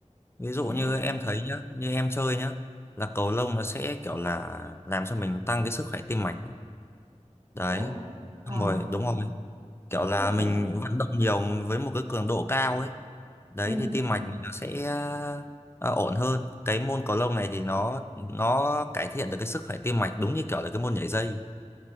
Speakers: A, on the left; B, on the right.
A: Ví dụ
B: thế
A: như
B: à
A: em thấy nhá, như em chơi nhá, là cầu lông nó sẽ kiểu là làm cho mình tăng cái sức khỏe tim mạch. Đấy,
B: thế à
A: đúng
B: à
A: rồi, đúng rồi. Kiểu là
B: tức là phải
A: mình vận động nhiều với một cái cường độ cao ấy. Đấy
B: ừ
A: thì tim mạch mình nó sẽ ờ, ổn hơn. Cái môn cầu lông này thì nó nó cải thiện được cái sức khỏe tim mạch đúng như kiểu là cái môn nhảy dây.